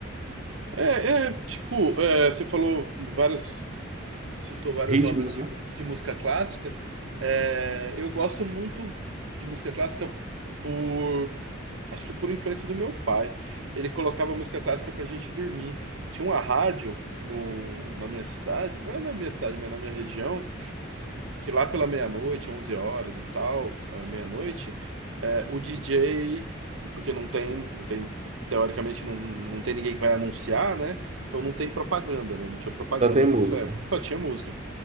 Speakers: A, on the right; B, on the right.
A: É, é, tipo, é, você falou várias... Citou várias
B: Ritmos,
A: obras de,
B: né?
A: de música clássica. É, eu gosto muito de música clássica por... Acho que por influência do meu pai. Ele colocava música clássica pra gente dormir. Tinha uma rádio no, na minha cidade. Não é na minha cidade, mas na minha região que lá pela meia-noite, 11 horas e tal, ah, meia-noite, é, o DJ, porque não tem, não tem, teoricamente não, não tem ninguém que vai anunciar, né? Então não tem propaganda, né? Não tinha propaganda
B: Só tem
A: nessa
B: música.
A: época, só tinha música.